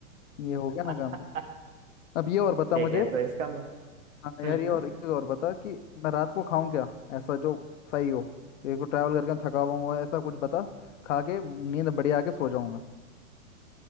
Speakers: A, on the left; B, on the right.
A: ये हो गया
B: <laughs>
A: ना काम अब ये और बता
B: ठीक
A: मुझे
B: है तो इसका मैं-
A: हाँ
B: हम्म
A: यार ये और
B: हम्म।
A: एक चीज़ और बता कि मैं रात को खाऊं क्या ऐसा जो सही हो एक को ट्रैवल करके थका हुआ हूँ ऐसा कुछ बता खा के नींद बढ़िया आके सो जाऊं मैं